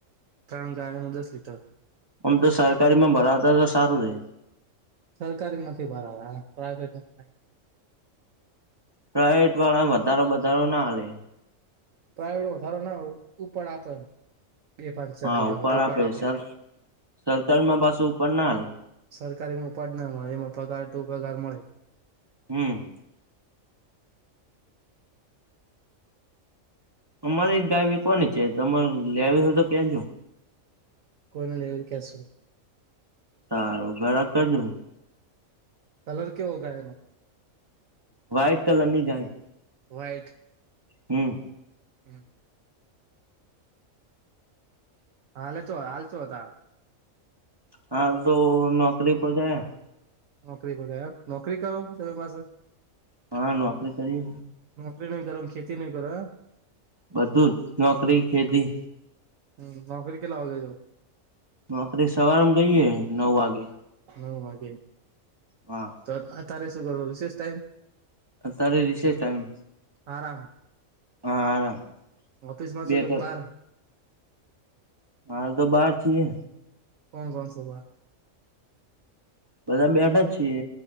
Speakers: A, on the right (about 75°); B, on the right (about 20°).
A: ત્રણ ગાયનું દસ લીટર.
B: આમ તો સરકારી માં ભરાવતા તો સારું રે.
A: સરકારી નથી ભરાવા પ્રાાઈવેટમાં
B: પ્રઇવેટ વાળા વધારો વધારો ના લે.
A: પ્રાયડો વધારો ના હો પણ આપે બે પાંચ ચાર હજાર
B: હા
A: જોતા
B: ઉપર
A: હો તો પણ આપે.
B: સર સરકારીમાં પાછું ઉપર ના હાલે
A: સરકારી માં પાંચ ના મળે એમાં પગાર તુ પગાર મળે.
B: હમ્મ. અમારી ગાય વેચવાની છે તમે લે આવી હોય તો કેજો.
A: કોઈને લેવીને ક શું?
B: સારું ઘરાક કેજો.
A: કલર કેવો એ.
B: વ્હાઈટ કલર ની ગાય.
A: વ્હાઈટ.
B: હમ્મ.
A: હમ્મ. હાલે તો હાલચો હતા.
B: હાલ તો નોકરી પર ગયા.
A: નોકરી પર નોકરી કરો તમે પાસે.
B: હા નોકરી કરી.
A: નોકરી નઈ કર ખેતી ન કારો એમ.
B: બધું જ નોકરી, ખેતી.
A: હમ્મ નોકરી કેટલા વાગે જાવ.
B: નોકરી સવારેમ ગઈએ નવ વાગે.
A: નવ વાગે.
B: હા.
A: તો અતારે શું કરો રીસેસ છે.
B: ત્યારે રીસેસ ટાઈમ.
A: આરામ
B: હા આરામ
A: ઓફિસમાં
B: બે
A: છે કે
B: કલાક.
A: બાર.
B: હાલ તો બહાર છીએ.
A: કોણ કોણ સભ
B: બધા બેટા છીએ